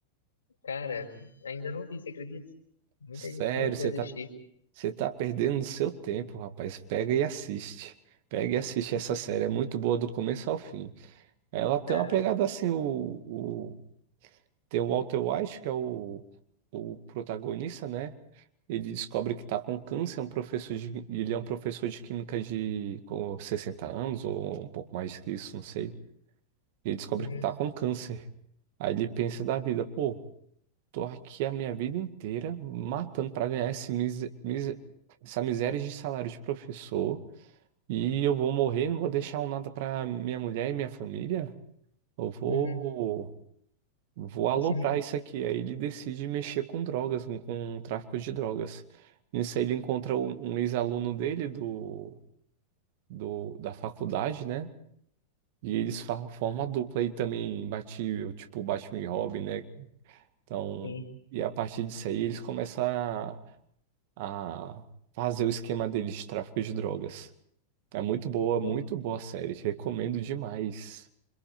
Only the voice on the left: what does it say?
Cara, ainda não vi, você acredita? Muita
gente fala pra
assistir.
Caraca.
Uhum,
uhum.
<laughs>
Sim.
Pô,